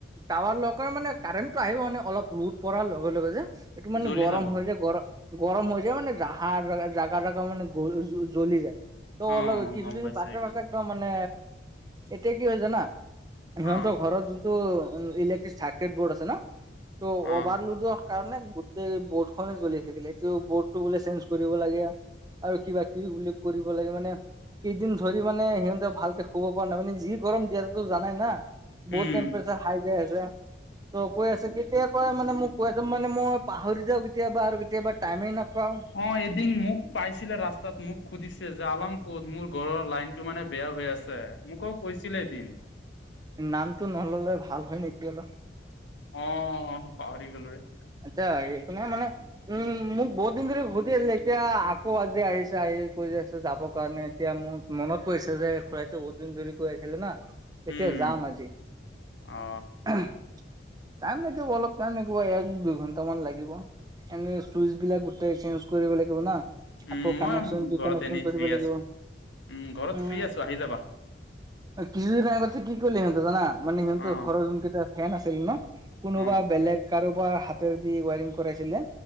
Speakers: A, on the right (about 20°); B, on the left (about 85°).
A: টাৱাৰ লগ মানে কাৰেণ্টটো আহিব মানে অলপ লোট পৰাৰ লগে লগে যে। এইটো মানে
B: জ্বলি
A: গৰম
B: যাব
A: হৈ যায় গৰম। গৰম হৈ যায় মানোহ জ জাগা জাগা মানে জ্বলি যায়। ত'
B: অ
A: অলপ কিছুদিন
B: গম পাইছো
A: পাছে
B: এইটো
A: পাছে। ত মানে এতিয়া কি হৈ হৈছে না সিহঁতৰ
B: অ
A: ঘৰত। ত ইলেক্ট্ৰিক চাৰ্কেট বোৰ্ড আছে ন ত'
B: অ
A: অভাৰলুডো। কাৰণে গোটেই বৰ্ড খনে জ্বলি থাকিলে এইটো বৰ্ডটো বোলে চেঞ্জ কৰিব লাগে আ। আৰু কিবা কিবি বুলি কৰিব লাগে মানে কেইদিন ধৰি মানে সিহঁতে ভালকে। ক'ব পৰা নাই মানে যি গৰম দিয়াতোটো জানাই না।
B: উম
A: বহুত টেম্পপেচাৰ হাই যাই আছে ত' কৈ আছে কেতিয়া কয় মানে মোক। কৈ আছে মানে মই পাহৰি যাওঁ কেতিয়াবা আৰু কেতিয়াবা টাইমেই নাপাওঁ।
B: অঁ এদিন মোক পাইছিলে ৰাস্তাত মোক সুধিছে যে আলাৰ্ম ক'ত মোৰ ঘৰৰ লাইন টো মানে বেয়া হৈ আছে। মোকো কৈছিলে এদিন।
A: নামটো নল'লে ভাল হয় নেকি অলপ।
B: অঁ পাহৰি গ'লো ৰে।
A: আচ্ছা একো নহয় মানে উম মোক বহুত দিন ধৰি সুধি আছিল এতিয়া আকৌ আজি আহিছে আহি কৈ আছে যাবৰ কাৰণে এতিয়া মোৰ মনত পৰিছে যে খুৰাইতো বহুত দিন ধৰি কৈ আছিলে না। তেতিয়া
B: উম
A: যাম আজি।
B: অ
A: <unintelligible> টাইম লাগিব, অলপ টাইম এক দুই ঘন্টামান লাগিব এনেই চুইচ বিলাক গোটেই চেঞ্জ কৰিব লাগিব না।
B: উম
A: আকৌ কানেকচন
B: মই
A: ডিকানেকচন
B: ঘৰত এনেই
A: কৰিব
B: ফ্ৰী
A: লাগিব
B: আছো উম ঘৰত
A: উম।
B: ফ্ৰী আছো আহি যাবা
A: কিছুদিন আগততে কি কৰিলে সিহঁতে জানা মানে সিহঁতৰ
B: অ
A: ঘৰৰ যোন কেইটা ফেন আছিলে ন কোনোবা
B: অ
A: বেলেগ কাৰোবাৰ হাতেৰে দি ৱাইৰিং কৰাইছিলে